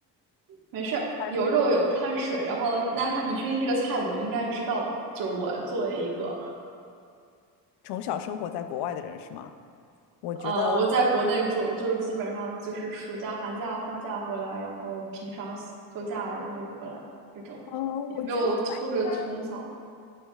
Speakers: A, on the right; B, on the left.
A: 没事儿，
B: 碳
A: 有肉有碳水，然后那它你确定这个菜我应该知道吗？就是我作为一个
B: 从小生活在国外的人是吗？我觉得，
A: 呃，我在国内住，就是基本上就是暑假、寒假放假回来，然后平常休假，然后也回来这种，
B: 呃，我觉得他应该，
A: 也没有特别从小。